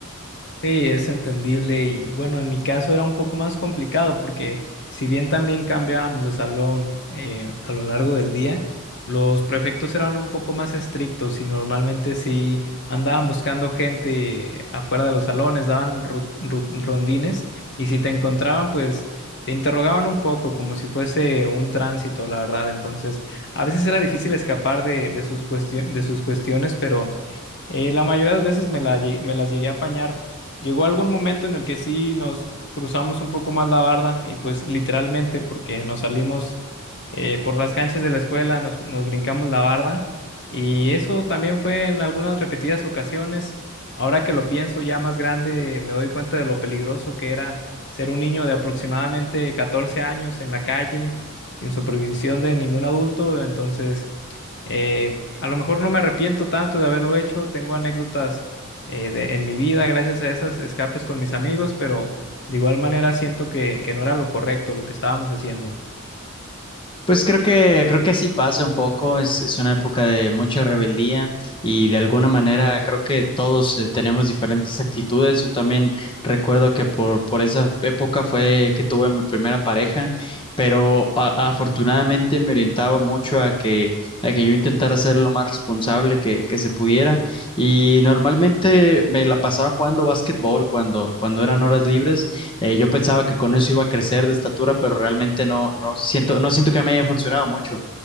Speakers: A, on the left; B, on the left.
A: Sí, es entendible y bueno, en mi caso era un poco más complicado porque si bien también cambiábamos de salón eh, a lo largo del día, los prefectos eran un poco más estrictos y normalmente sí andaban buscando gente afuera de los salones, daban ru- ru- rondines y si te encontraban pues te interrogaban un poco como si fuese un tránsito, la verdad. Entonces, a veces era difícil escapar de, de sus cuestio- de sus cuestiones, pero... Eh, la mayoría de las veces me, la lle- me las llegué a apañar Llegó algún momento en el que sí nos cruzamos un poco más la barda y pues literalmente porque nos salimos eh, por las canchas de la escuela, nos, nos brincamos la barda y eso también fue en algunas repetidas ocasiones. Ahora que lo pienso ya más grande, me doy cuenta de lo peligroso que era ser un niño de aproximadamente 14 años en la calle, sin supervisión de ningún adulto. Entonces, eh, a lo mejor no me arrepiento tanto de haberlo hecho, tengo anécdotas eh, de- en mi vida gracias a esas escapes con mis amigos, pero de igual manera siento que, que no era lo correcto lo que estábamos haciendo.
B: Pues creo que, creo que así pasa un poco, es, es una época de mucha rebeldía y de alguna manera creo que todos eh, tenemos diferentes actitudes. Yo también recuerdo que por, por esa época fue que tuve mi primera pareja, pero a- afortunadamente me orientaba mucho a que, a que yo intentara ser lo más responsable que, que se pudiera y normalmente me la pasaba jugando básquetbol cuando, cuando eran horas libres. Eh, yo pensaba que con eso iba a crecer de estatura, pero realmente no, no siento, no siento que me haya funcionado mucho.